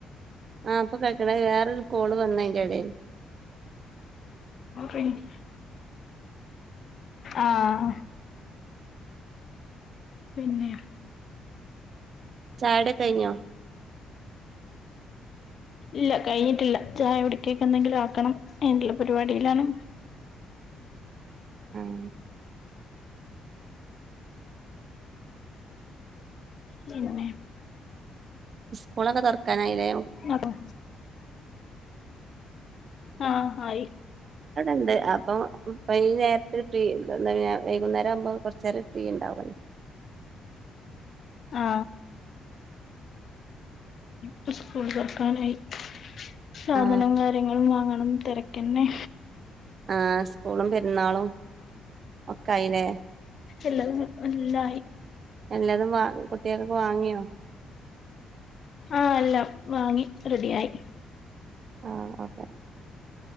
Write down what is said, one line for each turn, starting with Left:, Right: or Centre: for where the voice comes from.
Right: ആഹ് അൊ കഴക്കട വേറെൊരു കോള് വന്നതിന്റെറെടൽ
Left: <inaudible> ആഹ പിന്നെ
Right: ചായടെ കഴിഞ്ഞോ
Left: ഇല്ല കഴിഞ്ഞിട്ടില്ല ചായ ഉടിക്കിയൊക്കെ എന്തെങ്കിലും ആക്കണം അുള്ള പരിപാടിയിലാണ്
Right: ഉം
Left: പിന്നെ
Right: സ്കൂളൊക്കെ തോർക്കാനായില്ലേ
Left: അതോ ആഹ ആയി
Right: അടെണ്ട് അപ്പംപ്പൈഈ നേരത്തെ ഫ്രീ എാ വൈകുന്നേരം ആവുമ്പോ കുറച്ച നേരം ഫ്രീ ഉണ്ടാവല്ല
Left: ആ പി സ്കൂൾ തോറക്കാനായി സാധനം
Right: ആ
Left: കാര്യങ്ങളും വാങ്ങണം തിരക്ക തന്നെ
Right: ആ സ്കൂളും പെരുന്നാളും ഒക്കെയില്ലേ
Left: എല്ലും നല്ലായി
Right: എല്ലാതും വാങ്ങി കുട്ടികൾക്കൊക്കെ വാങ്ങിയോ
Left: ആ് അല്ല വാങ്ങി റെഡി ആയി
Right: ആ ഓക്കെ